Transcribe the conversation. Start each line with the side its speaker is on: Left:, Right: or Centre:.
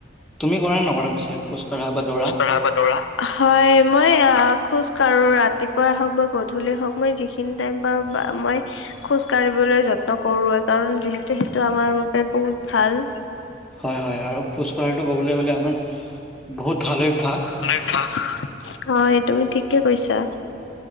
Centre: তুমি কৰা নে নকৰা পিছে, খোজকঢ়া বা দৌৰা?
Left: খোজকঢ়া বা দৌৰা হয়। মই আ খোজ কাঢ়ো। ৰাতিপুৱাই হওক বা গধূলি হওক মই যিখি নি টাইম পাওঁ বা মই খোজ কাঢ়িবলৈ যত্ন কৰোৱে, কাৰণ যিহেতু সেইটো আমাৰ বাবে বহুত ভাল।
Centre: হয় হয়, আৰু খোজ কঢ়াটো ক'বলৈ গ'লে আমাৰ বহুত ভাল অভ্যাস।
Left: আঃ হয়, তুমি ঠিকে কৈছা।